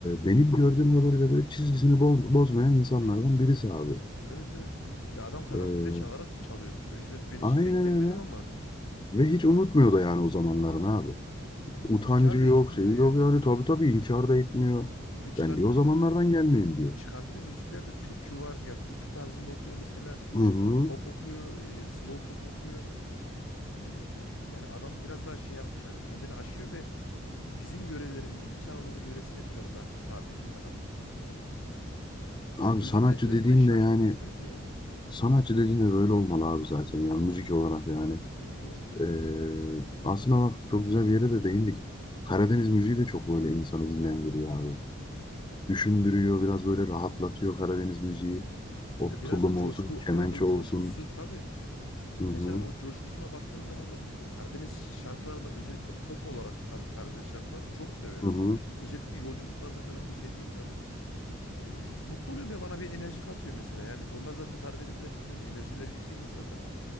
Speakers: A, on the left (about 20°); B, on the left (about 80°).
A: benim gördüğüm kadarıyla böyle çizgisini bo- bozmayan insanlardan birisi abi.
B: Evet evet. Ya adam karanfille
A: Ee,
B: çalarak çalıyormuştu. Önceden ben hiç
A: aynen
B: denk gelmedim
A: öyle.
B: ama
A: Ve hiç unutmuyor da yani o zamanların abi.
B: evet.
A: Utancı
B: İnkar
A: yok,
B: da etmiyor
A: şey
B: yani.
A: yok yani tabii tabii inkar da etmiyor.
B: Ve çıkarttığı
A: Ben diyor o zamanlardan gelmeyeyim diyor.
B: çıkarttığı müziklerde türkü var. Yani türkü tarzında okuyor mesela.
A: Hı hı.
B: Pop okuyor, e, slow pop okuyor. Ee, yani adam biraz daha şey yapmış hani kendini aşıyor ve bizim yörelerimize İç Anadolu yöresine biraz daha hitap ediyor adam. Yani
A: Abi
B: özünde
A: sanatçı
B: özünde
A: dediğin
B: şaşmamış
A: de yani
B: bence yani.
A: sanatçı dediğin de böyle olmalı abi zaten
B: Hı hı.
A: yani müzik olarak yani.
B: Evet doğru söylüyorsun
A: Ee,
B: aslında.
A: aslında bak çok güzel bir yere de değindik. Karadeniz müziği de çok böyle insanı dinlendiriyor abi.
B: Hı hı.
A: Düşündürüyor, biraz böyle rahatlatıyor Karadeniz müziği. O
B: Ya biraz
A: tulum
B: da coşku
A: olsun, kemençe
B: evet o coşkusu
A: olsun.
B: tabii. Co-
A: Hı
B: Mesela
A: hı,
B: o coşkusuna baktığın zaman da o- e, Karadeniz şarkılarından özellikle pop olarak Kaz- Karadeniz şarkılarını çok severim.
A: hı hı.
B: Özellikle yolculuklarda falan dinlediğim zaman e, mutlu oluyorum ya bana bir enerji katıyor mesela. Yani onlar zaten Karadenizler biliyorsun enerjileri yüksek insanlar.